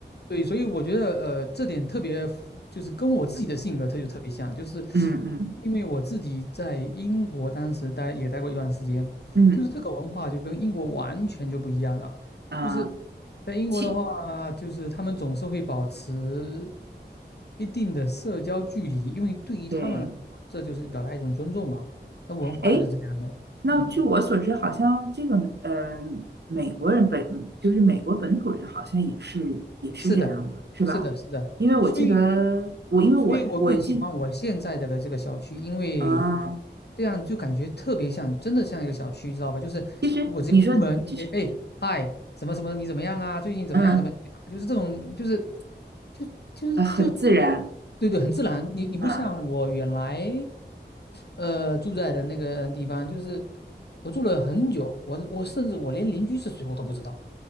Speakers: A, on the left; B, on the right.
A: 对，所以我觉得呃，这点特别符就是跟我自己的性格特就特别像，就是
B: 嗯嗯
A: 因为我自己在英国当时待也待过一段时间，
B: 嗯
A: 就是这个文化就跟英国完全就不一样了，
B: 啊，
A: 就是在英国的话，
B: 气，
A: 就是他们总是会保持一定的社交距离，因为对于他们来说，
B: 对，
A: 这就是表达一种尊重嘛，他文化就是这样的，
B: 哎，那据我所知，
A: 嗯，
B: 好像这个呃，美国人本就是美国本土人，好像也是也是这样的，
A: 是的，
B: 是吧？
A: 是的，是的。
B: 因为我记得我，
A: 所以，
B: 因为我我记，
A: 所以我更喜欢我现在的这个小区，因为
B: 嗯、
A: 这样就感觉特别像，真的像一个小区，知道吧？就是我直接出门，
B: 其实你说就是
A: 哎哎，嗨，什么什么，你怎么样啊？最近怎么样？
B: 嗯
A: 怎么样啊就是这种，就是就就是就是，
B: 呃很自然，
A: 对对，很自然。你你不像我原来
B: 嗯、
A: 呃住在的那个地方，就是我住了很久，我我甚至我连邻居是谁我都不知道，